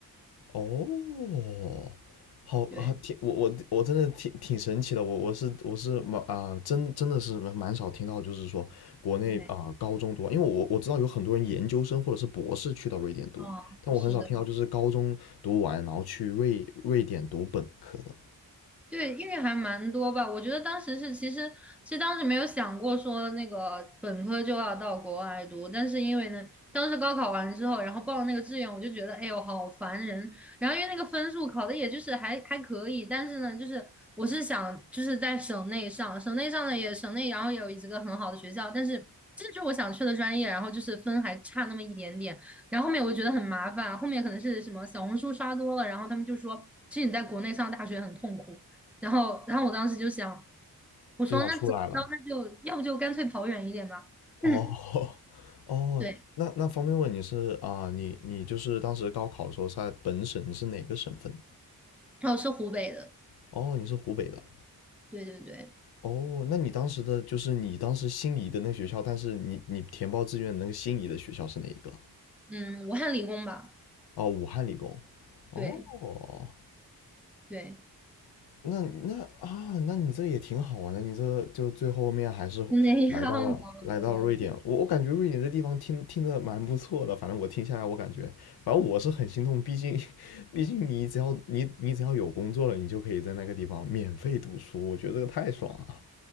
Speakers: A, on the left (about 75°); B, in the centre.
A: 哦，好啊，
B: 对，
A: 挺我我我真的挺挺神奇的，我我是我是蛮啊、真真的是蛮少听到，就是说国内啊、
B: 对，
A: 高中读完，因为我我知道有很多人研究生或者是博士去到瑞典读，
B: 嗯，
A: 但我很少听到就是高中读完然后去瑞瑞典读本科的。
B: 是的。对，因为还蛮多吧。我觉得当时是，其实其实当时没有想过说那个本科就要到国外读，但是因为呢，当时高考完之后，然后报了那个志愿，我就觉得，哎呦，好烦人。然后因为那个分数考的也就是还还可以，但是呢，就是我是想就是在省内上，省内上的也省内，然后也有几个很好的学校，但是这就是我想去的专业，然后就是分还差那么一点点。然后后面我觉得很麻烦，后面可能是什么小红书刷多了，然后他们就说，其实你在国内上大学很痛苦。然后，然后我当时就想，我说那怎么着，
A: 就想出来了。
B: 那就要不就干脆跑远一点吧。
A: 哦
B: 嗯，
A: <laughs>，哦，
B: 对，
A: 那那方便问你是啊、你你就是当时高考的时候是在本省，你是哪个省份的？
B: 然后是湖北的，
A: 哦，你是湖北的。
B: 对对对，
A: 哦，那你当时的就是你当时心仪的那学校，但是你你填报志愿的那个心仪的学校是哪一个？
B: 嗯，武汉理工吧，
A: 哦，武汉理工。哦，
B: 对对，
A: 那那啊，那你这也挺好啊，那你这就最后面还是来到了来到了瑞典。
B: 就那样吧，我觉得。
A: 我我感觉瑞典这地方听听着蛮不错的，反正我听下来，我感觉，反正我是很心痛，毕竟 <laughs> 毕竟你只要你你只要有工作了，你就可以在那个地方免费读书，我觉得这个太爽了。